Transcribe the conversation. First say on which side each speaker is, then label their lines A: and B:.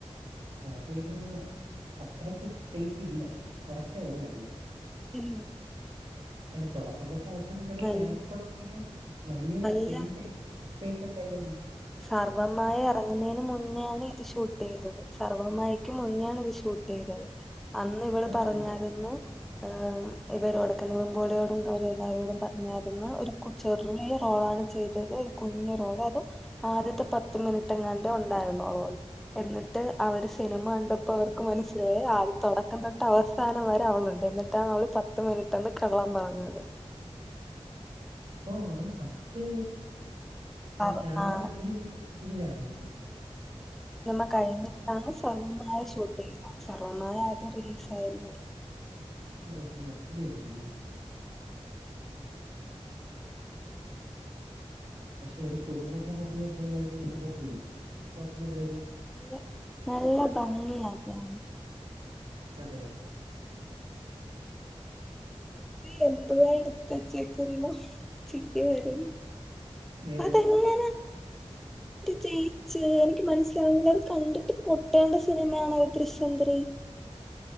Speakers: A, on the right; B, in the centre.
A: അപ്പ പിന്നെ അത്രക്ക സ്പേസ് ഇല്ല കൊറച്ചേള്ളല്ലേ
B: ഉം
A: അതി തുടക്കം തൊട്ട് അവസാനം വരെ
B: അൽ
A: ക്യാരക്ടർ ഉണ്ടെങ്കിലും വലിയ സ്ക്രീൻ
B: അല്ല
A: സ്പേ ഒക്കെ അ
B: സർവ്വമായി ഇറങ്ങുന്നതിന് മുന്നെയാണ് ഇത് ഷൂട്ട് ചെയ്തത് സർവ മമായിയ്ക്ക് മുന്നോണ് ഇത് ഷൂട്ട് ചെയ്തത് അന്ന് ഇവൾ
A: ആണോ?
B: പറഞ്ഞരന്ന് ് ഇവരോടക്ക നിവിൻ പൊളി പോലെയോടും അവ എല്ലാവാരോടും പറഞ്ഞായിരുന്ന ഒരു കുച്ചെറിയാ റോളാണ് ചെയ്തത് കുഞ്ഞു റോള് അതും ആദ്യത്തെ പത്ത് മിനിറ്റ്ങ്ങാണ്ട് ഉണ്ടായിരുന്നുള്ളോന്ന് എന്നിട്ട് അവര് സിനിമ ണ്ടപ്പോ അവർക്ക് മനസ്സിലായി ആദ്യം തുടക്കം തൊട്ട് അവസാനം വരെ അവളുണ്ട് എന്നിട്ട് ഇന്നടോൾ പത്ത് മിനിറ്റാണ് കള്ളൻ പറഞ്ഞത്
A: ഓ അവള് ഫസ്റ്റ്
B: സർ
A: ക്യാമറയുടെ
B: ആഹ്
A: പിന്നി വ ഇതിലാണല്ലെ
B: നമ്മ കഴിഞ്ഞിട്ട് ആണ് സർവ്വമായ ഷൂട്ട് ചെയ് സർവ്വമായ അത് റിലീസ് ആയന്ന് പറു
A: ഓഹ് ഓഹ് അങ്ങനെ ആരുന്നല്ലേ പഷെ ഒര് പുതുമുഖനടി എന്ന്ള്ളൊര് ഇതൊന്നുല്ല <unintelligible> നല്ലൊര്
B: നല്ല നല്ല ഭംഗിയാ കാണാൻ
A: അതെ അതെ
B: ഇത് എന്തുവ എട്ത്തെച്ചക്ക്ന്നു ചിരി വരും
A: ഏത്
B: അതെങ്ങനെ
A: <inaudible>
B: ജയിച്ചൂ എനിക്ക് മനസ്സിലാവ്ന്നില്ല അത് കണ്ടിട്ട് പൊട്ടേണ്ട സിനിമയാണ് ദൃശ്യം ത്രീ
A: <inaudible>